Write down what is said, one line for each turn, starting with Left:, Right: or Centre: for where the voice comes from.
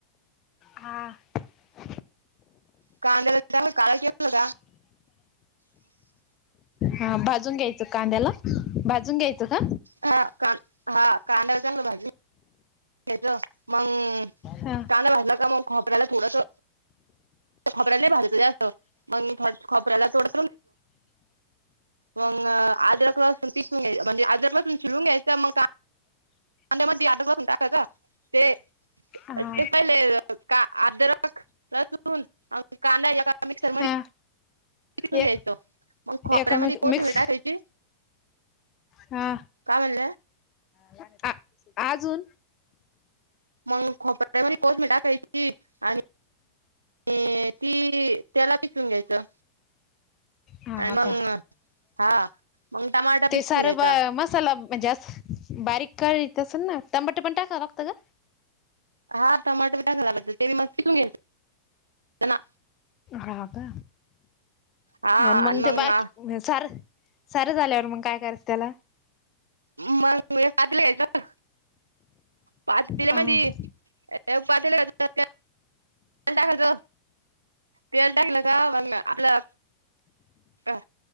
Left: हा <unintelligible>
Right: कांद्याला चांगलं काळं केलं का
Left: हा भाजून घ्यायच कांद्याला भाजून घ्यायचं का?
Right: हा का हा कांद्यावर चांगलं भाजी घ्याज मग
Left: हा
Right: का नाही वाजलं का मग खपऱ्याला थोड ोऱ्यालालतं मगथ खोऱ्याला ोड वंग आ्र क्लास खिसून घ्यायचं मग अजुन <inaudible> अध्यामध्ये आठ बासून टाकायच ते
Left: हा
Right: ते पहिले <unintelligible> का आदरकसून कांदा याका मिक्सर म
Left: हा
Right: ून
Left: ए
Right: घ्यायच मग खोपऱ्यामध्ये
Left: एकमेक
Right: कोत
Left: मिक्स
Right: टाकायची
Left: हा
Right: का म्हण
Left: हा अजून
Right: मग खोप कोर्स म टाकायची आणि <inaudible> ते ती त्याला पिसवून घ्यायचं
Left: हा
Right: आणि मग
Left: का
Right: हा मग टमाटा
Left: ते
Right: पिसून
Left: सार
Right: घ्यायचा
Left: ब मसाला मग जास्त बारीक काळीे असल ना टमाटे पण टाकाव लागत का
Right: हा टमाटो बी टाका झाला तर ते मी मस्त चिरून घ्या ना
Left: रा का
Right: हा
Left: आणि मंग
Right: मग
Left: ते बाकी सार सारं झाल्यावर मग काय करायचं त्याला
Right: मग पातेलं घ्यायचं पातल्या
Left: अ
Right: मध्ये एक पातेल घ्याच त्याच्यामध्ये तेल टाकायचं तेल टाकल का आपल्या का